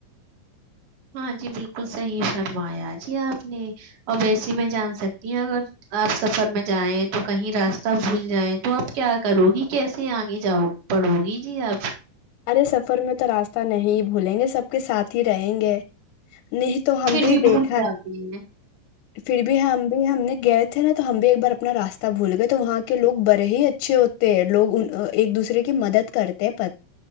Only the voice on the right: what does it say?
ہاں جی بالکل صحیح فرمایا جی آپ نے اور ویسے میں جان سکتی ہوں اگر آپ سفر میں جائیں تو کہیں راستہ بھول جائیں تو آپ کیا کرو گی کیسے آگے جاؤ پڑو گی جی آپ
پھر
بھول جاتی ہیں